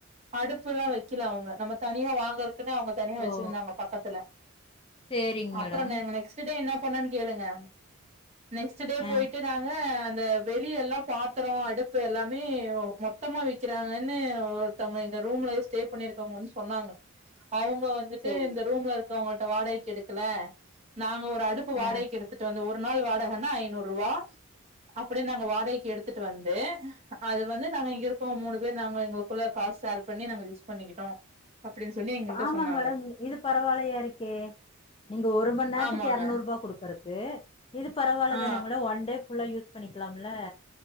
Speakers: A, on the right; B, on the left.
A: அடுப்பு எல்லா வெக்கல அவங்க நம்ம தனியா வாங்கற இப்பமே அவுங்க தனியா வச்சிருந்தாங்க
B: ஓ
A: பக்கத்துல
B: சேரிங்க
A: அப்புற
B: மேடம்
A: நாங்க நெக்ஸ்ட் டே என்ன பன்னன் கேளுங்க நெக்ஸ்ட் டே
B: ஆ
A: போயிட் ங்க அந்த வெளிய எல்லா பாத்ரோ அடுப்பு எல்லாமே மொத்தமா விக்கிறாங்கன்னு ஒருத்தவுங்க எங்க ரூம்ல ஸ்டே பண்ணிருக்கவுங்க வந்து சொன்னாங்க அவுங்க வந்துட்டு
B: சேரிங்க
A: இந்த
B: மேடம்
A: ரூம்ல இருக்கவுங்க மட் வாடகைக்கு எடுக்கல நாங்க ஒரு அடுப்பு
B: ஆ
A: வாடகைக்கு எடுத்துட்டு வந்து ஒரு நாள் வாடகைன்னா ஐநூறுபா அப்படின்னு நாங்க வாடகைக்கு எடுத்துட்டு வந்து அது வந்து நாங்க இங்க இருக்கோ மூணு பேரு நாங்க எங்களுக்குள்ள காசு சேர் பண்ணி நாங்க யூஸ் பண்ணிக்கிட்டோ அப்டின்னு சொல்லி எங்கள்ட்ட
B: ஆமாங்க
A: சொன்னாங்க
B: மேடம் இது பரவாயில்லையா இருக்கே நீங்க ஒரு மண்நேரதுக்கு
A: ஆமாங்க
B: எரநூறுபா குடுக்குறக்கு இது பரவால
A: ஆ
B: தானுங்க மேடோ ஒன் டே ஃபுல் நல்லா யூஸ் பண்ணிக்கலாம்ல